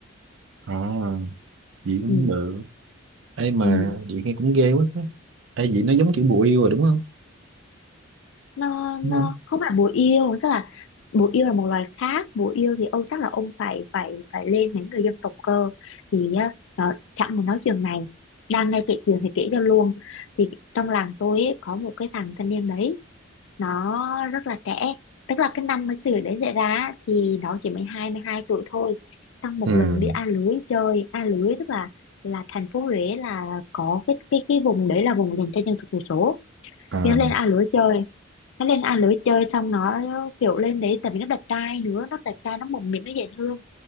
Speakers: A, on the right; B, on the left.
A: ờ vậy cũng
B: ừ
A: được ấy mà
B: ừ
A: vậy nghe cũng ghê quá á ấy vậy nó giống kiểu bùa yêu rồi đúng không
B: nó
A: đúng
B: nó
A: không
B: không phải bồ yêu tức là bồ yêu là một loài khác bồ yêu thì ông chắc là ông phải phải phải lên mấy người dân tộc cơ thì á, nó chẳng muốn nói chuyện này đang nghe kể chuyện thì kể cho luôn thì trong làng tôi ấy, có một cái thằng thanh niên đấy nó rất là trẻ tức là cái năm mà sự việc đấy xảy ra á, thì nó chỉ mới hai mươi hai tuổi thôi trong một
A: ừ
B: lần đi A lưới chơi A lưới tức là là thành phố Huế là có cái cái cái vùng đấy là vùng dành cho dân tộc thiểu số
A: à
B: thì nó lên A lưới chơi nó lên A lưới chơi xong nó kiểu lên đấy tại vì nó đẹp trai nữa nó đẹp trai nó mồm miệng nó dễ thương